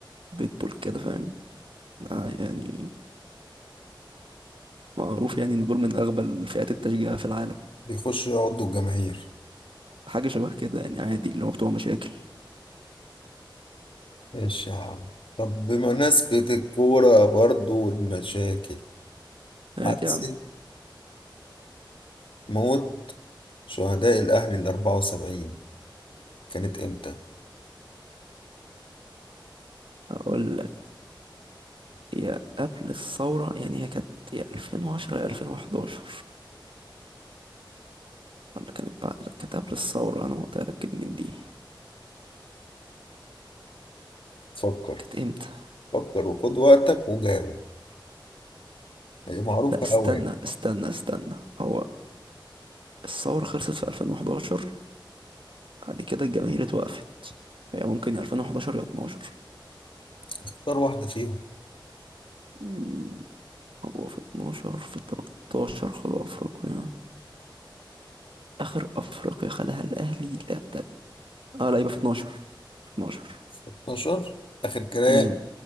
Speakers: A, on the right; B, on the left.
A: بيتبول كده فاهم آه يعني معروف يعني إن دول من أغبى الفئات التشجيع في العالم
B: بيخشوا يقعدوا الجماهير
A: حاجة شبه كده يعني عادي اللي هو بتوع مشاكل
B: إيش يا عم طب بمناسبة الكورة برضو والمشاكل
A: عادي
B: حادثة
A: يا عم
B: موت شهداء الأهلي الأربعة وسبعين كانت إمتى؟
A: أقول لك يا قبل الثورة يعني هي كانت يا 2010 يا 2011 ولا كانت بعد لا كانت قبل الثورة أنا متأكد من دي
B: فكر
A: كانت إمتى
B: فكر وخد وقتك وجاوب هي معروفة
A: لا استنى
B: أوي يعني
A: استنى استنى هو الثورة خلصت في 2011 بعد كده الجماهير اتوقفت هي ممكن يا 2011 يا 12
B: اختار واحدة فيهم
A: مم، هو في 12 في 13 خدوا أفريقيا آخر أفريقيا خدها الأهلي لا ده آه لا يبقى في 12 في 12
B: 12 آخر كلام
A: امم